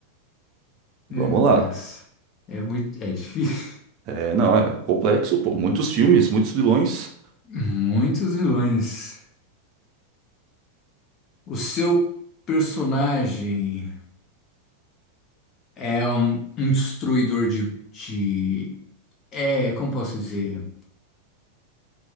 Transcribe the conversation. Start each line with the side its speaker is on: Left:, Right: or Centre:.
Left: meu
Right: vamos
Left: Deus.
Right: lá.
Left: É muito, é difícil.
Right: É, não, é complexo, pô. Muitos filmes, muitos vilões.
Left: <laughs> Muitos vilões. O seu personagem. É um, um destruidor de, de. É, como posso dizer?